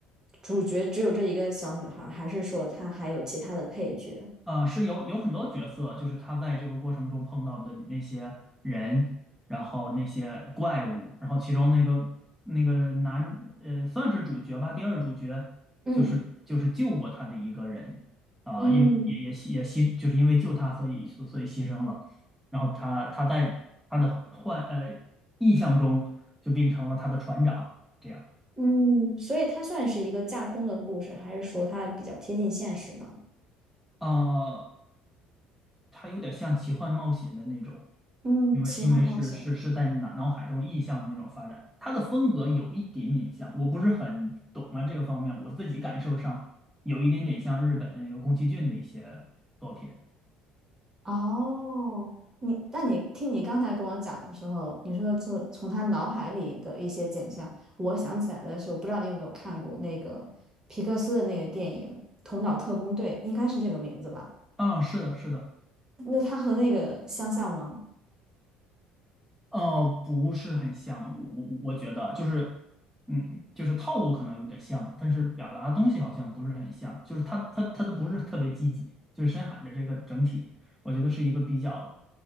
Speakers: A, on the right; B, in the centre.
A: 主角只有这一个小女孩儿还是说她还有其他的配角？
B: 呃，是有有很多角色，就是他在这个过程中碰到的那些人，然后那些怪物，然后其中那个那个男，呃，算是主角吧，第二主角就是就是救过他的一个人啊、
A: 嗯嗯
B: 因为也也牺也牺，就是因为救他，所以所以牺牲了。然后他他在他的幻呃意象中就变成了他的船长，这样，
A: 嗯，所以它算是一个架空的故事，还是说它比较贴近现实呢？
B: 呃，他有点像奇幻冒险的那种。
A: 嗯，
B: 因为因为是是是在脑脑海中意象的那种发展，
A: 奇幻冒险。
B: 他的风格有一点点像，我不是很懂啊这个方面，我自己感受上有一点点像日本那个宫崎骏的一些作品。
A: 哦，你，但你听你刚才跟我讲的时候，你说从从他脑海里的一些景象，我想起来的是，我不知道你有没有看过那个皮克斯的那个电影《头脑特工队》，应该是这个名字吧？
B: 啊，是的，是的，
A: 那它和那个相像吗？
B: 哦，不是很像，我我我觉得就是，嗯，就是套路可能有点像，但是表达的东西好像不是很像，就是他他他都不是特别积极，就是深海的这个整体，我觉得是一个比较。